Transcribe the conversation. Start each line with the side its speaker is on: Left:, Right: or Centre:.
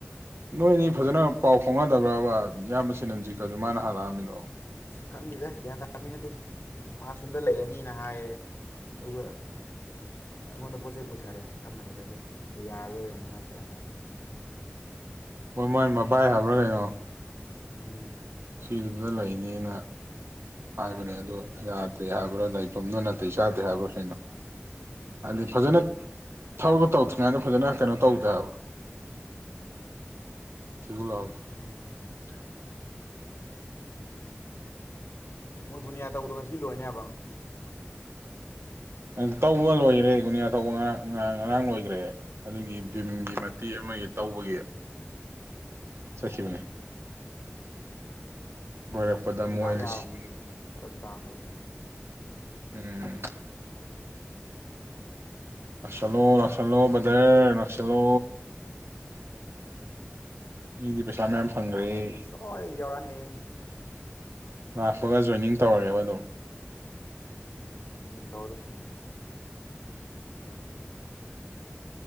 Right: ꯅꯣꯏ ꯅꯤ ꯐꯖꯅ ꯄꯥꯎ ꯐꯥꯎꯅꯗꯕ꯭ꯔꯥꯕ ꯢꯌꯥꯝꯕ ꯁꯤꯅꯖꯤꯀꯗꯣ ꯃꯥ ꯉꯥꯍꯥꯟ ꯂꯥꯛꯑꯝꯃꯤꯗꯣ
Left: ꯈꯟꯗꯦꯗ ꯒ꯭ꯌꯥꯟ ꯇꯥꯕ ꯃꯤ ꯅꯠꯇꯦ ꯃꯥ ꯁꯣꯝꯗ ꯂꯩꯔꯅꯤꯅ ꯍꯥꯏꯌꯦ ꯑꯌꯨꯒ ꯑꯉꯣꯟꯗ ꯄꯣꯠ ꯆꯩ ꯄꯨꯊꯥꯔꯦ <unintelligible> ꯌꯥꯔꯔꯣꯏ ꯑꯃꯨꯛ ꯍꯥꯏ ꯒ꯭ꯌꯥꯟ ꯇꯥꯗꯦ ꯃꯣꯏ ꯋꯥꯔꯤꯖꯦ꯫
Right: ꯃꯥꯃꯥꯏ ꯃꯕꯥꯏ ꯍꯥꯏꯕ꯭ꯔꯥ ꯀꯩꯅꯣ
Left: <inaudible>
Right: <unintelligible> ꯂꯩꯅꯤꯅ ꯍꯥꯏꯕꯅꯦ ꯑꯗꯨ ꯌꯥꯗꯦ ꯍꯥꯏꯕ꯭ꯔꯥ ꯂꯩꯐꯝꯗꯨ ꯅꯇꯩ ꯆꯗꯦ ꯍꯥꯏꯕ꯭ꯔꯥ ꯀꯩꯅꯣ ꯑꯗꯨ ꯐꯖꯅ ꯊꯕꯛ ꯇꯧꯗꯔꯤꯀꯟꯗ ꯐꯖꯅ ꯀꯩꯅꯣ ꯇꯧꯗꯦ ꯍꯥꯏꯕ <unintelligible>
Left: ꯍꯥꯏꯁꯦ ꯃꯣꯏ ꯒꯨꯅꯤꯌꯥ ꯇꯧꯕꯗꯣ ꯉꯁꯤ ꯂꯣꯏꯅꯤ ꯍꯥꯏꯕ
Right: ꯑꯪ ꯇꯧꯕ ꯂꯣꯏꯔꯦ ꯒꯨꯅꯤꯌꯥ ꯇꯧꯕ ꯉꯥꯔꯥꯡ-ꯉꯥ-ꯉꯥꯔꯥꯡ ꯂꯣꯏꯒ꯭ꯔꯦ ꯑꯗꯨꯒꯤ ꯚꯤꯝꯒꯤ
Left: ꯎꯝ
Right: ꯃꯇꯦꯛ ꯑꯃ ꯇꯧꯕꯒꯤ ꯆꯠꯈꯤꯕꯅꯦ ꯂꯣꯏꯔꯛꯄꯗ
Left: ꯑꯩꯈꯣꯏꯖꯨ
Right: ꯃꯣꯏꯂꯤꯁꯤ
Left: ꯂꯥꯛ ꯌꯥꯔꯝꯅꯤꯅꯦ ꯐꯥꯔꯛ ꯇꯥ ꯇꯧꯏꯅꯦ
Right: ꯎꯝ ꯂꯥꯛꯁꯟꯂꯣ-ꯂꯥꯛꯁꯟꯂꯣ ꯕꯗ꯭ꯔ ꯂꯥꯛꯁꯤꯟꯂꯣ ꯃꯤꯒꯤ ꯄꯩꯁꯥ ꯃꯌꯥꯝ ꯐꯪꯈ꯭ꯔꯦ
Left: <unintelligible> ꯑꯣꯏ ꯌꯧꯔꯛꯑꯅꯤ ꯍꯥꯌꯦꯡꯗꯤ
Right: ꯂꯛꯄꯒ ꯖꯣꯏꯅꯤꯪ ꯇꯧꯔꯦꯕꯥ ꯑꯗꯨꯝ
Left: ꯎꯝ ꯇꯧꯔꯗꯝꯅꯤ ꯎꯝ